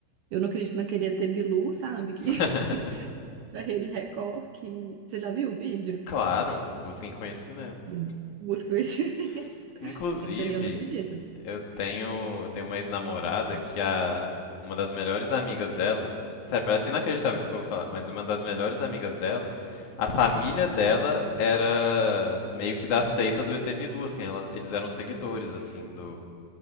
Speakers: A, on the right; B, on the left.
A: Eu não acredito naquele ET Bilu, sabe, que
B: <laughs>
A: <laughs> da Rede Record, que você já viu o vídeo?
B: Claro, busquem conhecimento.
A: Do... Busca o esse. <laughs>
B: <laughs> Inclusive,
A: Aquilo ali eu não acredito.
B: Eu tenho, eu tenho uma ex-namorada que a, uma das melhores amigas dela, sério, parece inacreditável isso que eu vou falar, mas uma das melhores amigas dela, a família dela era meio que da seita do ET Bilu, assim, elas- eles eram seguidores, assim, do,